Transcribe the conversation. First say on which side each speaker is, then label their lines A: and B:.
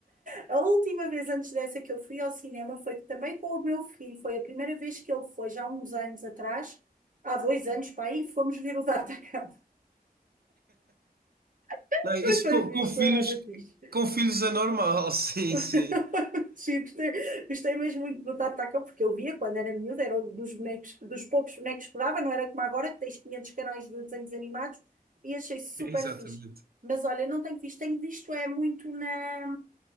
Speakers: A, on the right; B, on the right.
A: A última vez antes dessa que eu fui ao cinema foi que também com o meu filho. Foi a primeira vez que ele foi, já há uns anos atrás, há dois anos, para aí, fomos ver o D'Artagnan. <laughs>
B: Não, isso
A: Mas foi
B: com,
A: fixe,
B: com filhos,
A: foi bem fixe.
B: com filhos é normal, <laughs> sim,
A: <laughs>
B: sim.
A: Sim, gostei, gostei mesmo muito do Tataca, porque eu via quando era miúda, era um dos bonecos, dos poucos bonecos que dava, não era como agora, que tens 500 canais de desenhos animados, e achei super
B: Exatamente.
A: fixe. Mas olha, não tenho visto, tenho visto é muito na,